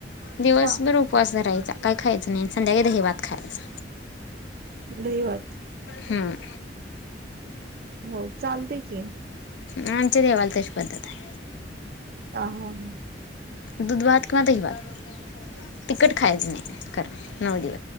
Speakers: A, on the left (about 80°); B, on the right (about 55°).
A: दिवसभर
B: हा
A: उपवास धरायचा. काय खायच नाही संध्याकाळी दही भात खायचा.
B: दही भात
A: हम्म
B: हो चालते की.
A: आमच्या देवाला तशी पद्धत आहे.
B: अ ह ह
A: दुधभात किंवा दहीभात तिखट खायचं नाही खरं नऊ दिव